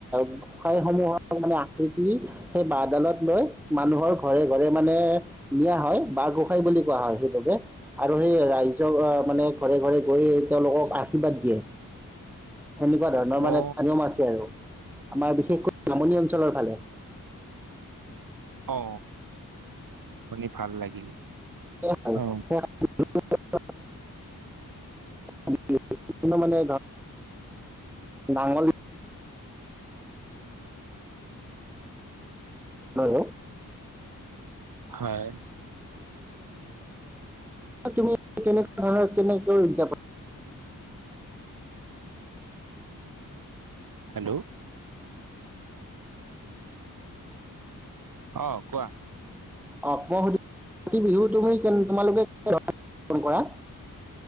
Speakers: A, in the centre; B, on the right.
A: গোসাই সমূহক মানে আকৃতি সেই বাঁহডালত লৈ মানুহৰ ঘৰে ঘৰে মানে নিয়া হয় বাঁহ গোসাই বুলি কোৱা হয় সেইটোকে আৰু সেই ৰাইজক আহ মানে ঘৰে ঘৰে গৈ তেওঁলোকক আশীৰ্বাদ দিয়ে সেনেকুৱা। নৰ মানে
B: অ
A: নিয়ম আছে আৰু। আমাৰ বিশেষকৈ নামনি অঞ্চলৰ ফালে।
B: অ, শুনি ভাল লাগিল।
A: হয়,
B: অ
A: হয়। <unintelligible> <unintelligible> মানে নাঙল হয়।
B: হয়।
A: তুমি কেনেকুৱা ধৰণৰ কেনেকৈ যাব।
B: হেল্ল'। অ কোৱা।
A: অ মই সুধিব বিচাৰিছোঁ বিহু তুমি তোমালোকে কেনে ধৰণে পালন কৰা